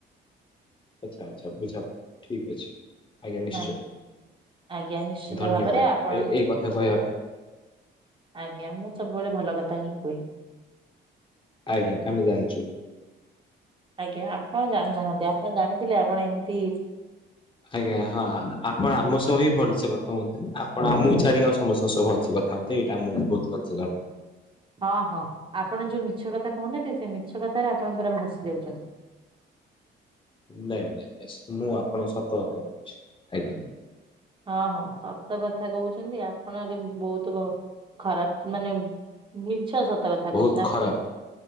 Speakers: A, on the left (about 25°); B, on the right (about 25°).
A: ଆଚ୍ଛା ଆଚ୍ଛା ବୁଝା ଠିକ ଅଛି। ଆଜ୍ଞା ନିଶ୍ଚୟ
B: ନାଇଁ ଆଜ୍ଞା ନିଶ୍ଚିନ୍ତ
A: ଧନ୍ୟବାଦ
B: ଭାବରେ ଆପଣ
A: ଏ ଏଇ କଥା କହିବା ପାଇଁ।
B: ଆଜ୍ଞା ମୁଁ ସବୁବେଳେ ଭଲ କଥା ହିଁ କୁହେ।
A: ଆଜ୍ଞା ଆମେ ଜାଣିଛୁ।
B: ଆଜ୍ଞା ଆପଣ ଜାଣିନାହାନ୍ତି ଆପଣ ଜାଣିଥିଲେ ଆପଣ ଏମତି
A: ଆଜ୍ଞା ହଁ ଆ ଆପଣ ଆମ ସହ ହିଁ ଭଲସେ କଥା ହୁଅନ୍ତିନି ଆପଣ ଆମକୁ ଛାଡିକି ଆଉ ସମସ୍ତଙ୍କ ସହ ଭଲସେ କଥା ହୁଅନ୍ତି ଏଇଟା ଆମକୁ ବହୁତ ଭଲସେ ଜଣା।
B: ହଁ ହଁ ଆପଣ ଯୋଉ ମିଛ କଥା କହୁନାହାନ୍ତି। ସେ ମିଛ କଥାରେ ଆପଣ ପୁରା ଭାସି ଯାଉଛନ୍ତି।
A: ନାଇଁ ନାଇଁ ମୁଁ ଆପଣ ସତ କଥା କହୁଛି। ଆଜ୍ଞା।
B: ହଁ ହଁ ସତ କଥା କହୁଛନ୍ତି। ଆପଣ ଏବେ ବହୁତ ବ ଖରାପ ମାନେ ମିଛ ସ ମିଛ କଥା
A: ବହୁତ
B: କହୁଛନ୍ତି ଆପଣ।
A: ଖରାପ